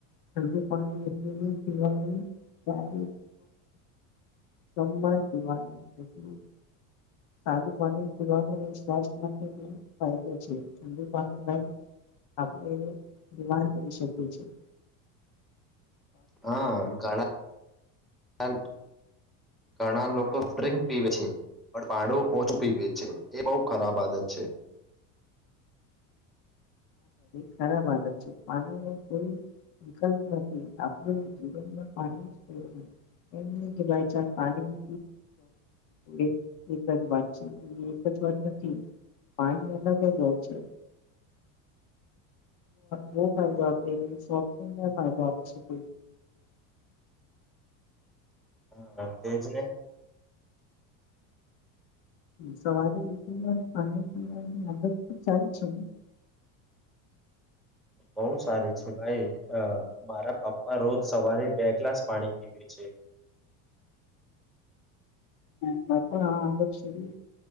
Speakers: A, on the left; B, in the centre.
A: ઠંડુ પાણી એટલું નહી પીવાનું ક્યારે સમાન જીવાની એટલ સાદું પાણી પીવાનું સ્સ્થ માટે ફાયદો છે ઠડુ પાણી ન આપણે બીમાર કરી શકીએ છેએ
B: હા કડા ઘણા લોકો ડ્રિંક પીવે છે પણ પાડો ઓછું પીવે છે એ બહ ખરાબ આદત છે <unintelligible>
A: ખરાબ આ છે પાણીલ વિકલ્પ નથી આપણું એ જીવનમાં પાણી જું એ ગવા પાણી એક જ વા નથી પાણી અલગ જ હોય છે ફાયદો
B: હા
A: આપે ફાયદો આપ અછ
B: હા તેજ ને
A: સવારે ઉઠી પાણી પીવાની આદત સારી છે
B: બઉ સારી છે ભાઈ અ મારા પપ્પા રોજ સવારે બે ગ્લાસ પાણી પીવે છે <unintelligible>
A: હબાગ કરીએ